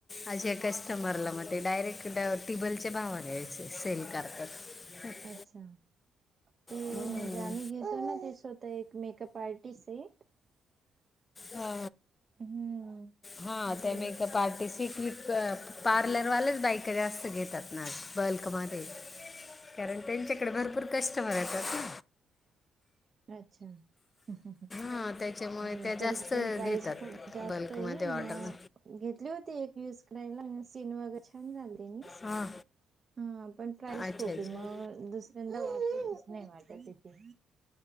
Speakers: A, on the left; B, on the right.
A: अे कस्टमरला मग ते डायरेक्ट ट्युबेलच्या भावाने या्यायचे सेल करतात. <unintelligible>
B: ''अच्छा'', ते
A: हम्म.
B: म्हणजे आम्ही घेतो ना ते स्वतः एक मेकअप आर्टिस्ट आहे.
A: हा
B: हम्म
A: हा
B: ते
A: त्या मेकअप आर्टिस्ट <inaudible> पार्लरवाल्याच बायका जास्त घेतात ना, बल्कमध्ये कारण, त्यांच्याकडे भरपूर कस्टमर येतात ना.
B: 'अच्छा' ह ह
A: हां त्याच्यामुळे
B: ह हो
A: त्या
B: तरी
A: जास्त
B: पण प्राईस
A: घेतात
B: खूप जास्त
A: बल्कमध्ये
B: आहे,
A: ऑर्डर
B: मग घेतली होती एक युज करायला, स्किन वगैरे छान झाले त्यानी
A: हां
B: हा पण प्राईज
A: अच्छा
B: खूप
A: अच्छा
B: आहे, मग दुसऱ्यांदा जाच नाही वाटत तिथे,